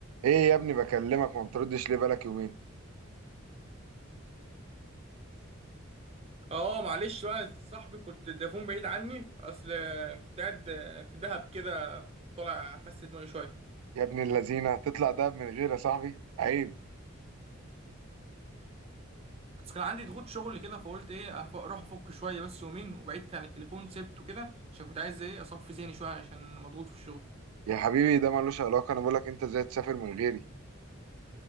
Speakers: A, on the right; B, on the right.
A: ايه يا ابني بكلمك ما بتردش ليه بقالك يومين
B: اه معلش بقى صاحبي كنت تليفون بعيد عني اصل كنت قاعد في دهب كده طالع افس دماغي شويه
A: يا ابن اللذينه تطلع دهب من غيري يا صاحبي عيب
B: بس كان عندي ضغوط شغل كده فقلت ايه أف- اروح افك شويه بس يومين وبعدت عن التليفون سبته كده عشان كنت عايز ايه اصفي ذهني شويه عشان مضغوط في الشغل
A: يا حبيبي ده ملوش علاقه انا بقولك انت ازاي تسافر من غيري